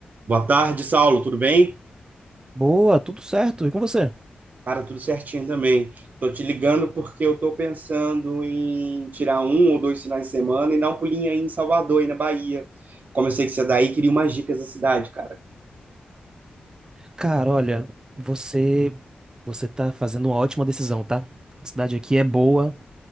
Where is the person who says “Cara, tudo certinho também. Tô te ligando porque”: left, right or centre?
Right